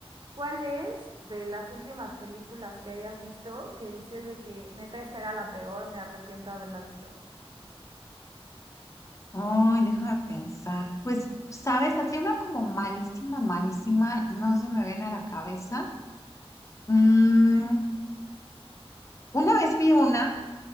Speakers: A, on the right (about 50°); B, on the left (about 30°).
A: ¿Cuál es de las últimas películas que hayas visto que dices de que neta esta era la peor, me arrepiento de haberla visto?
B: Ay, déjame pensar. Pues, sabes, así una como malísima, malísima, no se me viene a la cabeza. Mm, una vez vi una